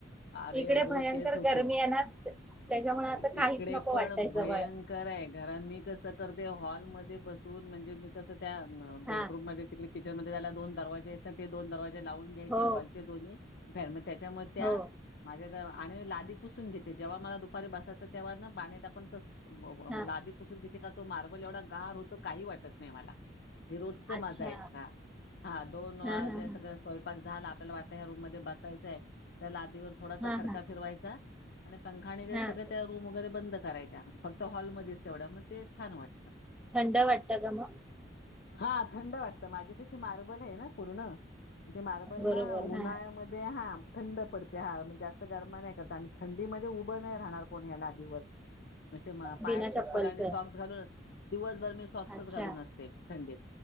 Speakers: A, on the left; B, in the centre.
A: अरे
B: इकडे
A: हो,
B: भयंकर
A: तेच होतय,
B: गरमी आहे ना त्याच्यामुळे
A: अरे
B: असं काहीच
A: इकडे
B: नको
A: पण
B: वाटतंय
A: भयंक
B: जवळ
A: घर आणि मी कस कर ते हॉलमध्येध्ये बसून म्हणजे मी कसं, त्या बेडरूम
B: हा
A: मध्ये तिकडे किचन मध्ये जायला दोन दरवाजे आहेत ना, ते दोन दरवाजे लावून घ्यायचे
B: हो
A: हॉलचे दोन्ही <unintelligible> त्याच्यामुळे त्या
B: हो
A: माझ्या आणि लादी पुसून घेते जेव्हा मला दुपारी बसायचं तेव्हा ना पाणी टाकून असं बरोबर,
B: हा
A: लादी पुसून घेते का तो मार्बल एवढा गार होतो काही वाटत नाही मला. हे रोजच
B: अच्छा
A: माझं आहे. हा हा दोन वाजले,
B: हा हा हा
A: सगळ स्वयंपाक झालं आपल्याला वाटलं ह्या रूम मध्ये बसायचंय तर लाद वर थोडासा
B: हा
A: फडका
B: हा
A: फिरवायचा आणि पंखा आणि ते सगळं
B: हा
A: त्या रूम वगैरे बंद करायच्या. फक्त हॉलमध्येच तेवढ मग ते छान वाटत.
B: थंड वाटतं का मग
A: हात थंड वाटत. माझी कशी मार्बल आहे ना पूर्ण, ते मार्बल
B: बरोबर
A: ना,
B: हा
A: उन्हाळ्यामध्ये हा थंड पडते. हा म जास्त गरमा नाही करत आणि थंडीमध्ये उभं नाही राहणार कोण या लादीवर. असे मा पायात
B: बिना चप्पलचं
A: चप्पल आणि सॉक्स घालून दिवसभर मी सॉक्सच
B: अच्छा
A: घालून असते थंडीत,